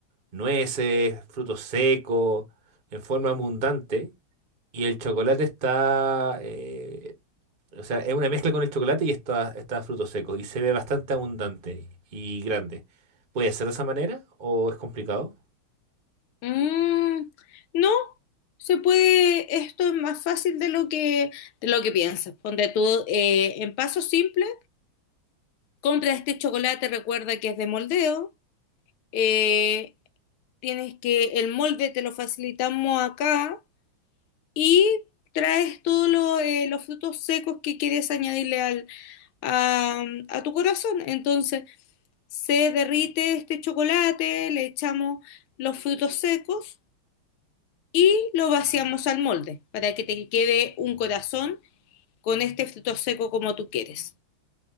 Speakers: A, on the right; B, on the left.
A: nueces, frutos secos, en forma abundante, y el chocolate está, eh, O sea, es una mezcla con el chocolate y está, está fruto seco y se ve bastante abundante y grande. ¿Puede ser de esa manera o es complicado?
B: Mm, no, se puede, esto es más fácil de lo que, de lo que piensas. Ponte tú eh, en paso simple, compra este chocolate, recuerda que es de moldeo, eh, tienes que, el molde te lo facilitamos acá y traes todos lo- eh, los frutos secos que quieres añadirle al, a, a tu corazón. Entonces, se derrite este chocolate, le echamos los frutos secos y lo vaciamos al molde para que te quede un corazón con este fruto seco como tú quieres.